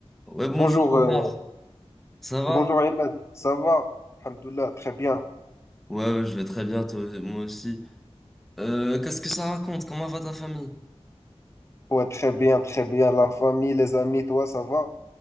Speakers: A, in the centre; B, on the left (about 25°).
A: Ouais, bonjour
B: Bonjour,
A: Omar.
B: euh,
A: Ça va?
B: bonjour Ayman, ça va? Alhamdoulilah, très bien.
A: Ouais, ouais, je vais très bien, toi, moi aussi. Euh, qu'est-ce que ça raconte? Comment va ta famille?
B: Ouais, très bien, très bien. La famille, les amis, toi, ça va?